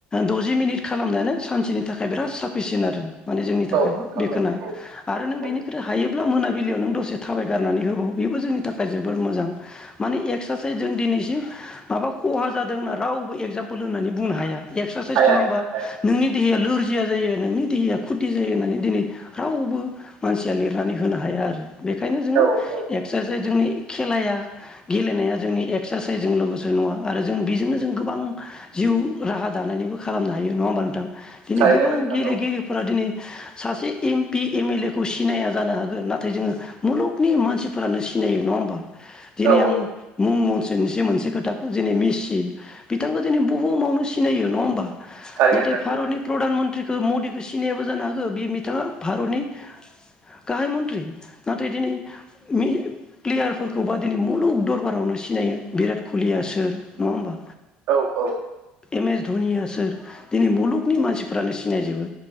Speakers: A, on the left (about 20°); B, on the right (about 70°).
A: दजि मिनिट खालामनायानो सानसेनि थाखाय बिराद साफिसियेन्ट आरो माने जोंनि
B: औ
A: थाखाय
B: नोंथां
A: बेखोना
B: औ औ
A: आरो नों बेनिख्रुइ
B: औ
A: हायो ब्ला मोनाबिलियाव नों दसे थाबाय गारनानै होबाव बेबो जोंनि थाखाय जोबोर मोजां माने एक्सारसाइस जों दिनैसिम माबा खहा जादों होनना रावबो एगजामपोल होनानै बुंनो हाया। एक्सारसाइस
B: हाया
A: खालाममाबा
B: नोंथां हाया
A: नोंनि देहाया लोरजिया जायो नोंनि देहाया खुथि जायो होननानै दिनै रावबो मानसिया लिरनानै होनो हाया आरो बेखायनो जोङो
B: औ औ
A: एक्सारसाइस जोंनि खेलाया गेलेनाया जोंनि एक्सारसाइसजों लोगोसे नङा आरो जों बेजोंनो जों गोबां जिउ राहा दानायनिबो खालामनो हायो नंङा होमबा नोंथां दिनै
B: थारैनो
A: गोबां
B: नोंथां
A: गेलेगिरिफोरा
B: औ
A: दिनै सासे M P M L A खौ सिनाया जानो हागो नाथाय जोंङो। मुलुगनि मानसिफोरानो सिनायो नङा होमबा दिनै
B: औ
A: आं मुं मनस्रिनिसो मोनसे खोथाखौ जेनै मेसि बिथांखौ दिनै बुहुमावनो सिनायो नंङा होमबा
B: थारैनो
A: नाथाय
B: नंगौ
A: भारतनि प्रधान मन्त्रिखौ मदिखौ सिनायाबो जानो हागौ बे बिथाङा भारतनि गाहाय मन्त्रि नाथाय दिनै मि प्लेयारफोरखौबा दिनै मुलुग दरबारावनो सिनायो बिराट कहलिया सोर नङा होमबा
B: औ औ
A: एम एस धनिया सोर दिनै मुलुगनि मानसि फोरानो सिनायजोबो